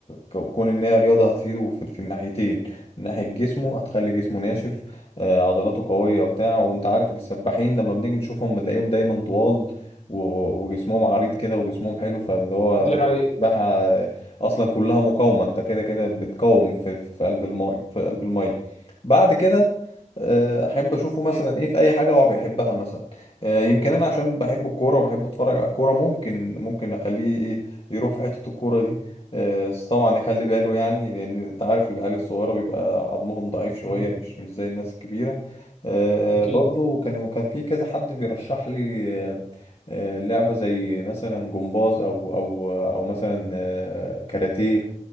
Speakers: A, on the left; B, on the left.
A: ك- كون ان هي رياضه هتفيده في في الناحيتين من ناحيه جسمه هتخلي جسمه ناشف آه، عضلاته قويه وبتاع وانت عارف السباحين لما بنيجي نشوفهم بنلاقيهم دايما طوال و- وجسمهم عريض كده وجسمهم حلو فاللي هو
B: دي حقيقة
A: السباحه اصلا كلها مقاومه انت كده كده بتقاوم في في قلب الماء في قلب الماء بعد كده آه، احب اشوفه مثلا
B: مم.
A: ايه في اي حاجه هو بيحبها مثلا آه، يمكن انا عشان بحب الكوره وبحب اتفرج على الكوره ممكن ممكن اخليه ايه يروح في حته الكوره دي آه، بس طبعا يخلي باله يعني لان انت عارف العيال الصغيره بيبقى عظمهم ضعيف شويه
B: مم.
A: مش مش زي الناس الكبيره آه،
B: أكيد
A: برضو كانوا كان في كذا حد بيرشح لي آه، آه، لعبه زي مثلا جمباز او او او مثلا آه، آه، كاراتيه